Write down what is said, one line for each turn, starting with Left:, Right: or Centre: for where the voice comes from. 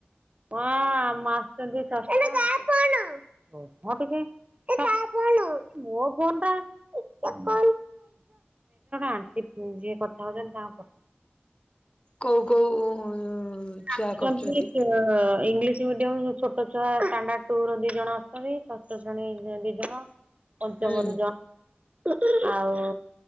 Right: ହଁ ଆମ ଆସୁଛନ୍ତି ଷଷ୍ <unintelligible> ରହ ଟିକେ। ମୋ ଫୋନ ଟା। <unintelligible> ଆଣ୍ଟି ଯିଏ କଥା ହଉଛନ୍ତି ତାଙ୍କ
Left: କଉ କୋଉ
Right: <unintelligible>
Left: ଛୁଆ କରୁଛନ୍ତି?
Right: ଇଂଲିଶ ମିଡିୟମର ଛୋଟ ଛୁଆ ଷ୍ଟାଣ୍ଡଡ ଟୁ ର ଦି ଜଣ ଅଛନ୍ତି। ଷଷ୍ଠ ଶ୍ରେଣୀ ଦି ଜଣ। ପଞ୍ଚମରୁ
Left: ହୁଁ
Right: ଜଣେ ଆଉ